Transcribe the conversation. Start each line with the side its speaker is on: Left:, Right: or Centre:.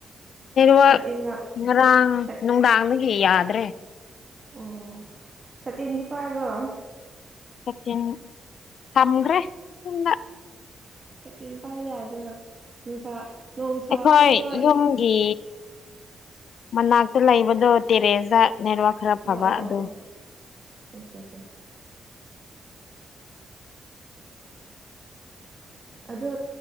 Left: ꯋꯥ
Right: ꯁꯇꯤꯟꯒ
Left: ꯉꯔꯥꯡ
Right: ꯁꯠ
Left: ꯅꯨꯡꯗꯥꯡꯗꯒꯤ ꯌꯥꯗ꯭ꯔꯦ
Right: ꯑꯣ ꯁꯇꯤꯟꯗꯤ ꯄꯥꯏꯕ꯭ꯔꯣ
Left: ꯁꯦꯀꯦꯟ ꯊꯝꯒ꯭ꯔꯦꯅ
Right: ꯁꯇꯤ ꯏꯝꯐꯥꯜ ꯌꯥꯗ꯭ꯔꯥ ꯅꯨꯡꯁꯥ ꯅꯣꯡꯁꯥ
Left: ꯑꯩꯈꯣꯏ
Right: ꯊꯣꯛꯄ꯭ꯔꯣ ꯏ
Left: ꯌꯨꯝ ꯒꯤ ꯃꯅꯥꯛꯇ ꯂꯩꯕꯗꯣ ꯇꯦꯔꯦꯁꯇ ꯅꯦꯠꯋꯥꯛ ꯈꯔ ꯐꯕ
Right: ꯑꯣ ꯑꯣ ꯑꯣ
Left: ꯑꯗꯨ
Right: ꯑꯣ ꯑꯆꯥ ꯑꯠꯆꯥ ꯑꯗ